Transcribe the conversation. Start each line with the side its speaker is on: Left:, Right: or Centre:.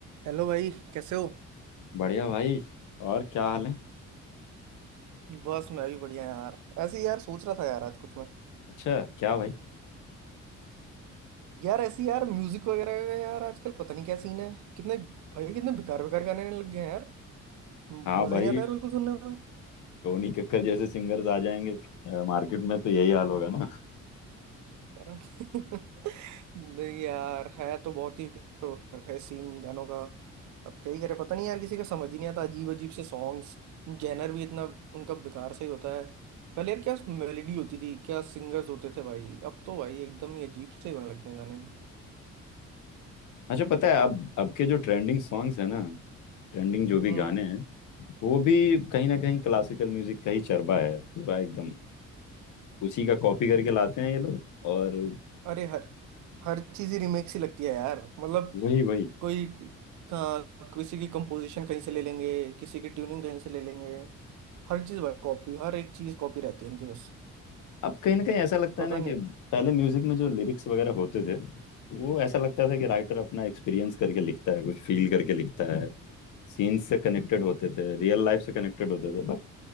Right: Hello भाई कैसे हो
Left: बढ़िया भाई और क्या हाल है
Right: बस मैं भी बढ़िया यार ऐसे ही यार सोच रहा था यार आज कुछ मैं
Left: अच्छा क्या भाई
Right: यार ऐसे ही यार म्यूजिक वगैरह का यार आजकल पता नहीं क्या सीन है कितने भाई कितने बेकार बेकार गाने आने लग गए हैं यार मजा
Left: हाँ भाई
Right: ही नहीं आता यार बिल्कुल सुनने में
Left: टोनी कक्कर जैसे सिंगर्स आ जाएंगे मार्केट में तो यही हाल होगा ना <laughs>
Right: <laughs> नहीं यार है तो बहुत ही हो रखा है सीन गानों का अब क्या ही करें पता नहीं यार किसी का समझ ही नहीं आता अजीब अजीब से सॉन्ग्स जेनर भी इतना उनका बेकार सा ही होता है पहले यार क्या मेलेडी होती थी क्या सिंगर्स होते थे भाई अब तो भाई एकदम ही अजीब से ही होने लग गए हैं गाने भी
Left: अच्छा पता है अब अब के जो ट्रेंडिंग सॉन्ग्स है ना ट्रेंडिंग जो भी
Right: हम्म
Left: गाने हैं वो भी कहीं ना कहीं क्लासिकल म्यूजिक का ही चरबा है पूरा एकदम उसी का कॉपी करके लाते हैं ये लोग और
Right: अरे हर हर चीज ही रीमेक सी लगती है यार मतलब
Left: वही वही
Right: कोई का, किसी की कंपोजिशन कहीं से ले लेंगे किसी की ट्यूनिंग कहीं से ले लेंगे हर चीज भाई कॉपी हर एक चीज कॉपी रहती है इनकी बस
Left: अब कहीं ना कहीं ऐसा लगता
Right: पता
Left: है ना
Right: नहीं
Left: कि पहले म्यूजिक में जो लिरिक्स वगैरह होते थे वो ऐसा लगता था कि राइटर अपना एक्सपीरियंस करके लिखता है कुछ फील करके लिखता है सीन से कनेक्टेड होते थे रियल लाइफ से कनेक्टेड होते थे बट